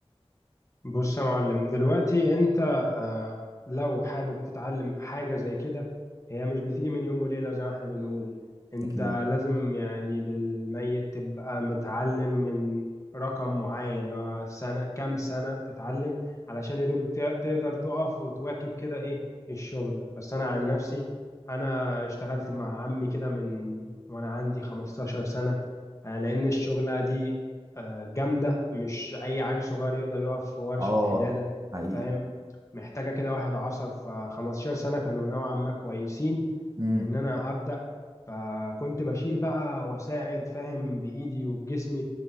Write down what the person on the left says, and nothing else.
بص يا معلم دلوقتي انت آه، لو حابب تتعلم حاجة زي كده هي مش بتيجي من يوم وليلة زي ما احنا بنقول انت
لازم يعني بالميت تبقى متعلم من رقم معين اللي هو سنة كام سنة تتعلم علشان يا دوب ت- تقدر تقف وتواكب كده ايه الشغل بس انا عن نفسي انا اشتغلت مع عمي كده من وانا عندي 15 سنة آه، لان الشغلة دي آه، جامدة مش أي عيل صغير يقدر يقف في ورشة
حدادة
فاهم محتاجة كده واحد عصب فخمستاشر سنة كانوا نوعا ما كويسين
إن أنا أبدأ فكنت بشيل بقى وأساعد فاهم بإيدي وبجسمي